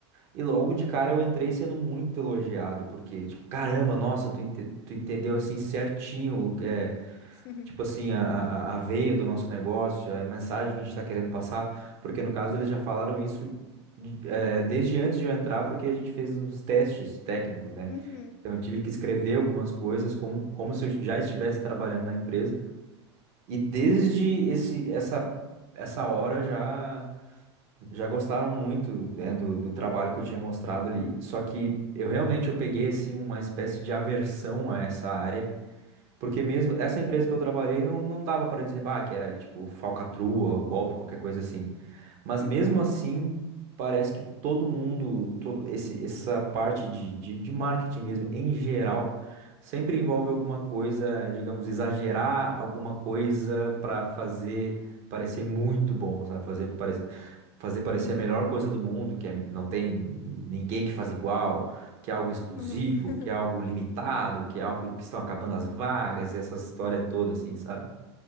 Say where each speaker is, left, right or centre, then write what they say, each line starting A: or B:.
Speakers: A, on the right (about 55°); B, on the left (about 60°).
A: e logo de cara eu entrei sendo muito elogiado, porque tipo, caramba, nossa, tu, ente- tu entendeu assim certinho, é,
B: <laughs>
A: tipo assim, a, a a veia do nosso negócio, a mensagem que a gente está querendo passar, porque no caso eles já falaram isso de- eh, desde antes de eu entrar, porque a gente fez uns testes técnicos, né?
B: Uhum.
A: Então eu tive que escrever algumas coisas como, como se eu já estivesse trabalhando na empresa. E desde
B: Sim.
A: esse, essa, essa hora já, já gostaram muito, né, do, do trabalho que eu tinha mostrado ali. Só que eu realmente eu peguei assim uma espécie de aversão a essa área porque mesmo essa empresa que eu trabalhei não, não dava para dizer, bah, que era tipo falcatrua, ou golpe, qualquer coisa assim. Mas
B: Uhum.
A: mesmo assim, parece que todo mundo, todo esse, essa parte de, de, de marketing mesmo, em geral, sempre envolve alguma coisa, digamos, exagerar alguma coisa para fazer parecer muito bom, sabe? Fazer parecer, fazer parecer
B: Uhum,
A: a melhor coisa do mundo, que é- não tem ninguém que faz igual, que é algo exclusivo,
B: uhum. <laughs>
A: que é algo limitado, que é algo que estão acabando as vagas, e essa história toda, assim, sabe?